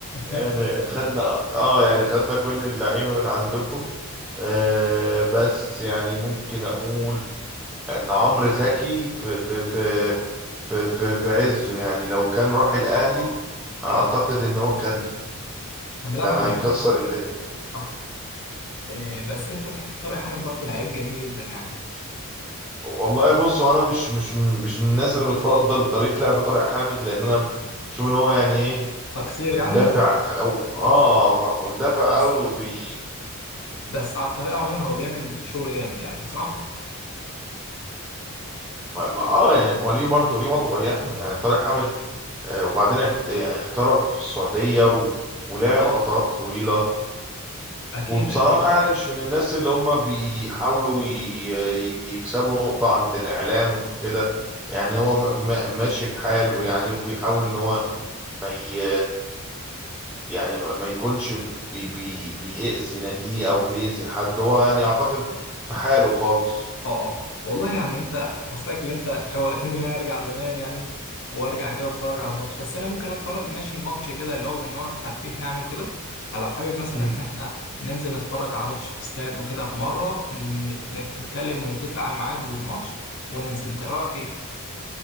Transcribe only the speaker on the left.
<laughs>
اه اللي
هو كده
كان بيلعب
على
المنتخب صحيح
صح إيه بس انت تحس طارق حامد برضو لعيب جميل جدا يعني
تقصير
يعني
<laughs> بس
بس على الطريقه عموما هو بيعمل شغل جامد يعني صح
اه
اه
اكيد
اكيد
اه اه والله يعني انت حاسسك ان انت شوقتني ان انا ارجع زمان يعني وارجع كده اتفرج على ماتش بس انا ممكن اتفرج ماشي ماتش كده اللي هو من نوع الترفيه يعني وكده فلو حابب مثلا
ان احنا ننزل نتفرج على ماتش في استاد وكده في مره نت- نتكلم ونتفق على الميعاد والماتش وننزل انت إيه رايك ايه